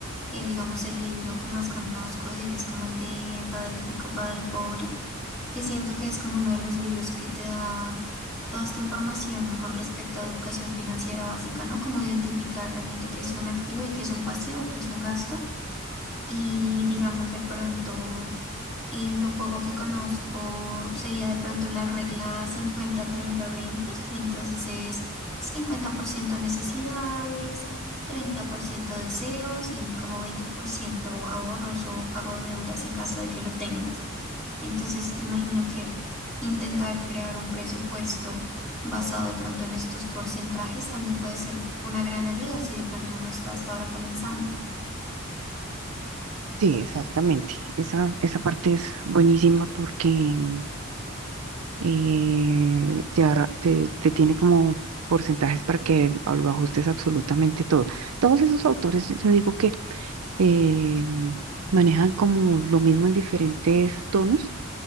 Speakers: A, in the centre; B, on the right.
A: Eh, digamos, el libro que más conozco de él es como el de Padre Rico, Padre Pobre. que siento que es como uno de los libros que te da toda esta información con respecto a educación financiera básica, ¿no? Cómo identificar realmente qué es un activo y qué es un pasivo, qué es un gasto. Y digamos de pronto, eh, lo poco que conozco sería de pronto la regla cincuenta treinta veinte, que entonces es 50% necesidades, 30% deseos y como 20% ahorros o pago de deudas en caso de que lo tengas. Entonces, imagino que intentar crear un presupuesto basado de pronto en estos porcentajes también puede ser una gran ayuda si de pronto uno está hasta ahora comenzando.
B: Sí, exactamente. Esa, esa parte es buenísima porque mm, eh, te, ahorra- te, te tiene como porcentajes para que el- lo ajustes absolutamente todo. Todos esos autores, yo digo que eh, manejan como lo mismo en diferentes tonos,